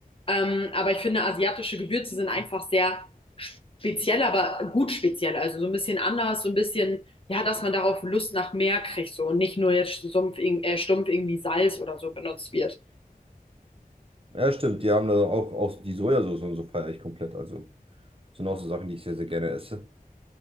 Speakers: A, on the left (about 35°); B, on the right (about 35°).
A: Ähm, aber ich finde, asiatische Gewürze sind einfach sehr speziell, aber gut speziell. Also so ein bisschen anders, so ein bisschen, ja, dass man darauf Lust nach mehr kriegt so und nicht nur jetzt stumpf, irg- äh, stumpf irgendwie Salz oder so benutzt wird.
B: Ja, stimmt, die haben da auch, auch die Sojasauce und so feiere ich komplett. Also, sind auch so Sachen, die ich sehr, sehr gerne esse.